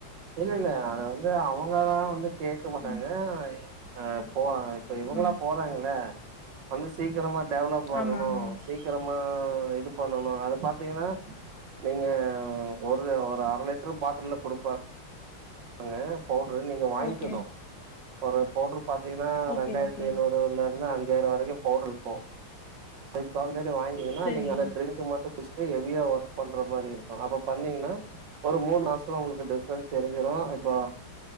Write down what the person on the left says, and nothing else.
ம்
ம்
ஆமா ஆமா
ஓகே
ஓகே
ஓகே
சேரிங்க.